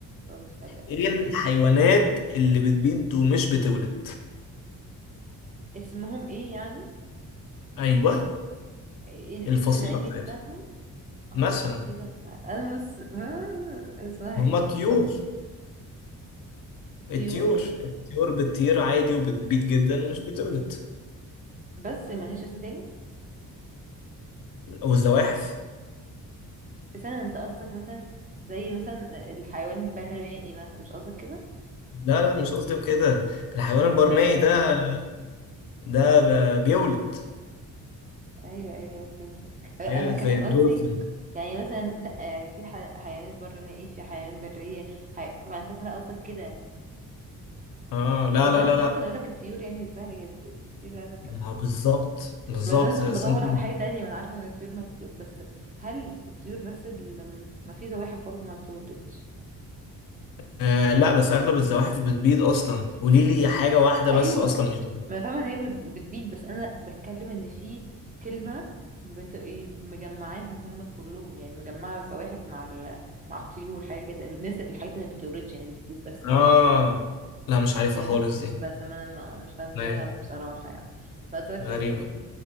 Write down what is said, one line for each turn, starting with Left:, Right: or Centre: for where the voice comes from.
Right: طب اسأل يلا
Left: ايه الحيوانات اللي بتبيض ومش بتولد
Right: اسمهم ايه يعني
Left: ايوه
Right: ايه الاسم
Left: الفصيلة
Right: العلمي
Left: بتاعتهم
Right: بتاعهم اه
Left: مثلا
Right: الفصيلة بتاع انا بس آه، اسمها
Left: هما
Right: ايه
Left: الطيور
Right: طيور
Left: الطيور الطيور بتطير عادي وبتبيض جدا ومش بتولد
Right: بس ملهاش اسم تاني
Left: والزواحف
Right: مثلا انت قصدك مثلا زي مثلا الحيوان البرمائي مثلا مش قصدك كده
Left: لا لا مش قصدي كده الحيوان البرمائي
Right: اه
Left: ده ده ب- بيولد
Right: ايوه ايوه فهمتك آه،
Left: ايوه
Right: انا بتكلم
Left: زي الدولفين
Right: قصدي يعني مثلا لا يعني في ح- حيوانات برمائي في حيوان برية حي... انا فاكرة قصدك كده
Left: اه لا
Right: طب
Left: لا
Right: انا
Left: لا
Right: كنت
Left: لا
Right: ممكن اقول لك الطيور يعني دي سهلة جدا ايه لا
Left: ما هو بالظبط بالظبط
Right: بس انا كنت
Left: بس
Right: بدور
Left: انت
Right: على حاجه تانية ما انا عارفه ان الطيور ما بت... بس هل الطيور بس اللي ما في زواحف برضو ما بتولدش
Left: آه لا بس اغلب الزواحف بتبيض اصلا قولي لي حاجه واحده
Right: ايوه
Left: بس اصلا مش
Right: ما انا فاهمه ان هي بت- بتبيض بس انا بتكلم ان في كلمه بت... إيه، مجمعاهم هم كلهم يعني مجمعه الزواحف مع ال... مع الطيور حاجه كده الناس الحاجات اللي ما بتولدش يعني اللي بتبيض بس
Left: اه لا مش عارفها
Right: فاهم
Left: خالص دي
Right: بس ما انا ما- مش فاكراها
Left: أيوة،
Right: بصراحه يعني فاسالك
Left: غريبه
Right: سؤال تاني